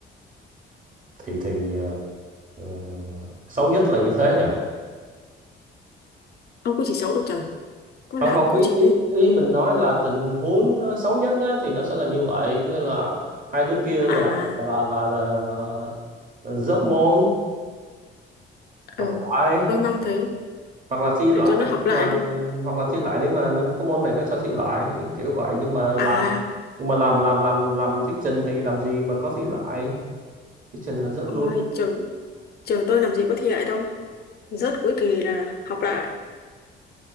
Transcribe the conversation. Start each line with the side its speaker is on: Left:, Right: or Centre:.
Right: thì thì ờ, ờ, xấu nhất là như thế nhỉ
Left: ông cũng chỉ xấu độc trời có
Right: không
Left: làm
Right: không
Left: có
Right: ý
Left: chịu
Right: ý
Left: đi
Right: ý mình nói là tình huống ờ, xấu nhất đấy thì nó sẽ là như vậy có nghĩa là hai đứa kia là
Left: à
Right: là là là, là, là rớt môn học
Left: ừ
Right: lại
Left: tôi mong thế
Right: hoặc là thi lại
Left: để cho nó
Right: nếu
Left: học lại
Right: mà
Left: đi
Right: hoặc là thi lại nếu mà nếu cái môn này có cho thi lại kiểu vậy nhưng mà làm
Left: à
Right: nhưng mà làm làm làm làm thuyết trình thì làm gì mà có thi lại thuyết trình là rớt
Left: ông
Right: luôn
Left: ơi trường trường tôi làm gì có thi lại đâu rớt cuối kỳ là học lại